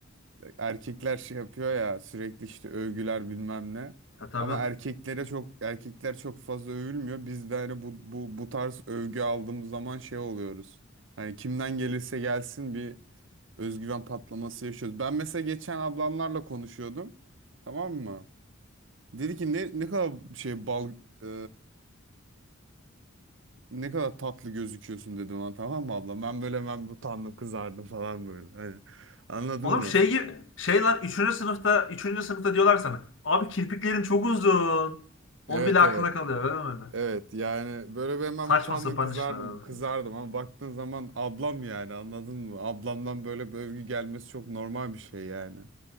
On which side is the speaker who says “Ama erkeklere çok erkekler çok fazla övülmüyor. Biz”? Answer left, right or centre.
Right